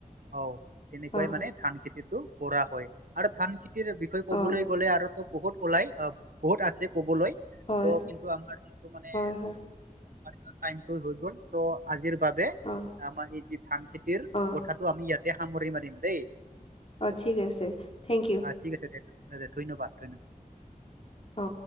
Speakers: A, on the right; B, on the left.
A: অ', তেনেকুৱাই
B: অঁ
A: মানে ধান খেতিত তো, কৰা হয়। আৰু ধান খেতিৰ বিষয়ে ক'বলৈ
B: অঁ
A: গ'লে আৰুটো বহুত ওলাই। আব, বহুত আছে ক'বলৈ,
B: হয়
A: ত কিন্তু আমাৰ যিটো মানে
B: <unintelligible>
A: টা-টাইমটো হৈ গল। চ' আজিৰ বাবে
B: অঁ
A: আমাৰ এই যি ধান খেতিৰ
B: অঁ
A: কথাটো আমি ইয়াত দে খামৰিমাৰিম দেই।
B: অ, ঠিক আছে, থেংক ইউ।
A: আহ, ঠিক আছে দে দে, ধন্যবাদ ধন্য
B: অ'।